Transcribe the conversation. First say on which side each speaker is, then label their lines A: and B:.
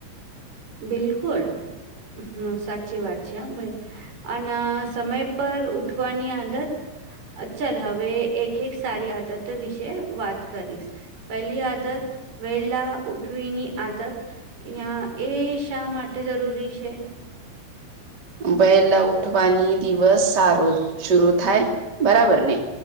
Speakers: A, on the right (about 55°); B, on the right (about 25°).
A: બિલકુલ હમ સાચી વાત છે હહ ભઈ. અન સમય પર ઉઠવાની આદત અ ચલ હવે એક એક સારી આદત વિશે વાત કરીશ. પહેલી આદત વેલા ઉઠવીની આદત ઈયા એ શા માટે જરૂરી છે?
B: વહેલા ઉઠવાની દિવસ સારો શુરુ થાય બરાબર ને?